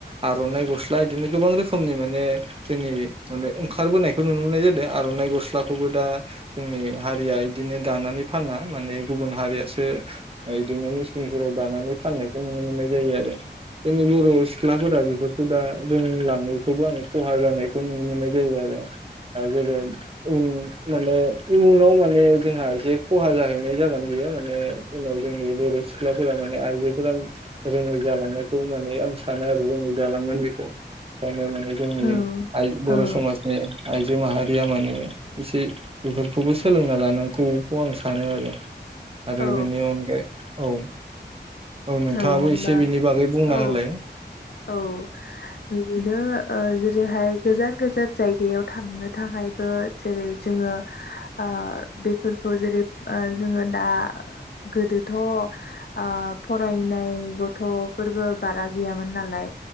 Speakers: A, on the right (about 30°); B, on the left (about 60°).
A: आरनाइ गस्ला बिदिनो गोबां रोखोमनि माने जोंनि माने ओंखारबोनायखौ नुनो मोननाय जादों आर नाइ गस्लाखौबो दा जोंनि हारिया इदिनो दानानै फाना माने गुबुन हारियासो इदिनो मिसि जों दानानै फाननायखौ नुनो मोननाय जायो आरो जोंनि बर सिख्लाफोरा बेफोरखौ दा रोंलाङैखौबो आं खहा जानायखौ नुनो मोननाय जायो आरो दा जेरै उन माने इयुनाव माने जोंहा एसे खहा जाहैनाय जागोन बेयो माने उनाव जोंनि बर सिख्लाफोरा माने आइजोफोरा रोङै जालांनायखौ माने आं सानो आरो रोङै जालांगोन बेखौ। माने जोंनि
B: औ
A: आइ बर
B: औ
A: समाजनि आइ जो माहारिया माने एसे बेफोरखौबो सोलोंना लानांगौखौ आं सानो आरो। आरो
B: औ
A: बेनि अनगायै औ नोंथाङाबो
B: औ होनबा
A: एसे बिनि बागै बुंना
B: औ
A: होलाय
B: औ। बिदिनो ओ जेरैहाय गोजान गोजा जायगायाव थांनो थाखायबो जेरै जोङो ओ बेफोरखौ जेरै ओ जोङो दा गोदोथ आ फरायनाय गथफोरबो बारा गैयामोन नालाय